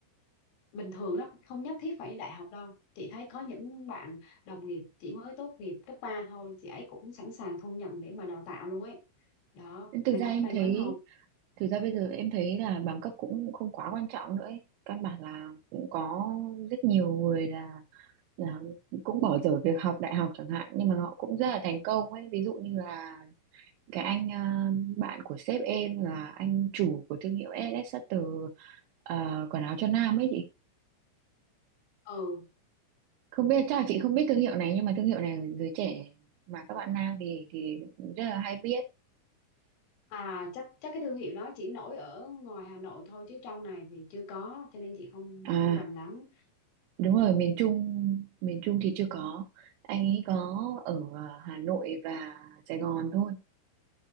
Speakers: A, on the left; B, on the right.
A: bình thường lắm không nhất thiết phải đại học đâu chị thấy có những bạn đồng nghiệp chỉ mới tốt nghiệp cấp 3 thôi chị ấy cũng sẵn sàng thu nhận để mà đào tạo luôn ấy đó
B: thực
A: em
B: ra
A: thấy
B: em
A: may
B: thấy
A: mắn không
B: Thực ra bây giờ em thấy là bằng cấp cũng không quá quan trọng nữa ấy. Căn bản là cũng có rất nhiều người là là cũng bỏ dở việc học đại học chẳng hạn nhưng mà họ cũng rất là thành công ấy. Ví dụ như là cái anh à, bạn của sếp em là anh chủ của thương hiệu LS Sutter à, quần áo cho nam ấy chị.
A: ừ
B: Không biết chắc là chị không biết thương hiệu này nhưng mà thương hiệu này giới trẻ mà các bạn nam thì thì rất là hay biết.
A: à chắc chắc cái thương hiệu đó chỉ nổi ở ngoài Hà Nội thôi chứ trong này thì chưa có cho nên chị không
B: À,
A: không rành lắm
B: Đúng rồi, miền Trung, miền Trung thì chưa có. Anh ấy có ở à, Hà Nội và Sài Gòn thôi.